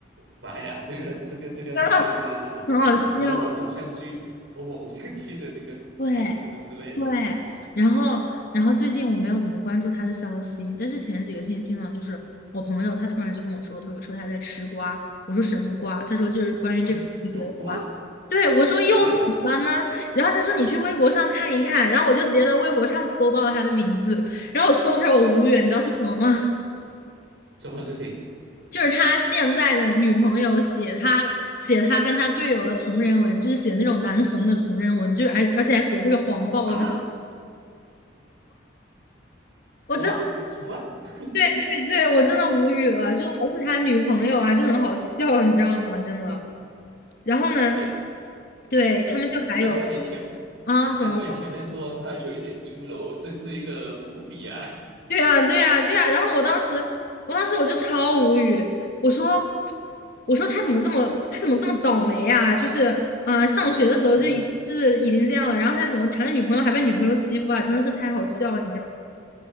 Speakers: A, on the right; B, on the left.
A: 妈呀，这个这个这个好像是那种某某某偶像剧某某偶像剧的这个台词之类的。
B: 真的很好笑。对，对，然后，然后最近我没有怎么关注他的消息，但是前几个星期呢，就是我朋友他突然就跟我说，他说说他在吃瓜，我说什么瓜？他说就是关于这个同学的瓜。
A: 哎呀，有过
B: 对，我说又怎么了呢？
A: 啊哈。
B: 然后他说你去微博上看一看，然后我就直接在微博上搜到了他的名字，然后我搜出来我无语，你知道是什么吗？
A: 什么事情
B: <laughs> 就是他现在的女朋友写他写他跟他队友的同人文，就是写那种男同的同人文，就是而而且还写的特别黄暴的那
A: 啊？
B: 我真
A: w what？h a t
B: 对对对，我真的无语了，就还是他女朋友啊，就很好笑，你知道吗？真的。然后呢，
A: 哎，
B: 对，他们就还有
A: 难怪你前
B: 啊，
A: 难怪你前面说他有一点阴柔，
B: 怎么了
A: 这是一个伏笔啊。<laughs>
B: 对啊，对啊，对啊。然后我当时，我当时我就超无语，我说，我说他怎么这么，他怎么这么倒霉呀、就是啊、呃上学的时候就已经就是已经这样了，
A: 嗯哼，
B: 然后他怎么谈了女朋友还被女朋友欺负啊？真的是太好笑了，你知道吗？